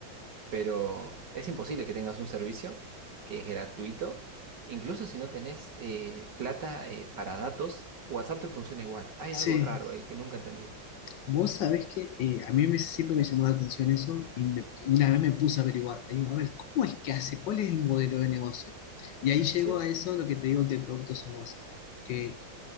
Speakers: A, on the right; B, on the left.
A: Pero es imposible que tengas un servicio que es gratuito. Incluso si no tenés eh, plata eh, para datos, WhatsApp te funciona igual. Hay
B: Sí.
A: algo raro ahí que nunca entendí.
B: Vos sabés que eh, a mí me- siempre me llamó la atención eso y me- una vez me puse a averiguar. Y digo, a ver, ¿cómo es que hace? ¿Cuál es el modelo de negocio? Y ahí llego
A: Sí,
B: a eso, lo que te digo que productos sos vos. Que